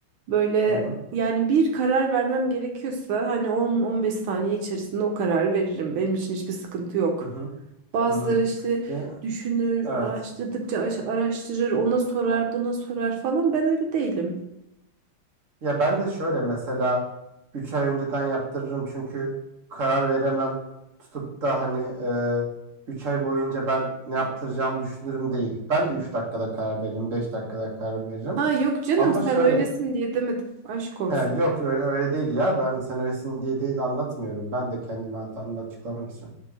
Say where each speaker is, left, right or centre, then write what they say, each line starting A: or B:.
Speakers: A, on the right; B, on the right.
A: Böyle
B: Hı hı.
A: yani bir karar vermem gerekiyorsa hani 10-15 saniye içerisinde o kararı veririm. Benim için hiçbir sıkıntı yok.
B: Hı hı.
A: Bazıları
B: Hı hı.
A: işte
B: E,
A: düşünür,
B: Evet.
A: araştırdıkça aş- araştırır, ona sorar, buna sorar falan. Ben öyle değilim.
B: Ya ben de şöyle mesela 3 ay önceden yaptırırım çünkü karar veremem. Tutup da hani 3 ay boyunca ben ne yaptıracağımı düşünürüm değil. Ben de 3 dakikada karar veririm, 5 dakikada karar veririm.
A: Ha yok canım
B: Ama
A: sen
B: şöyle
A: öylesin diye demedim. Aşk olsun.
B: he, yok öyle, öyle değil ya ben sen öylesin diye değil anlatmıyorum. Ben de kendimi hatamda açıklamak için.